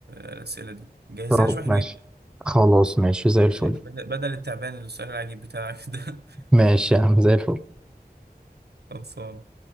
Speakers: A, on the right; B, in the centre.
A: آه، الاسئله دي جهز
B: طب
A: لنا شويه حلوين
B: ماشي خلاص ماشي زي الفل
A: يعني بدل بدل التعبان اللي السؤال العجيب بتاعك ده <laughs>
B: ماشي يا عم زي الفل
A: خلصان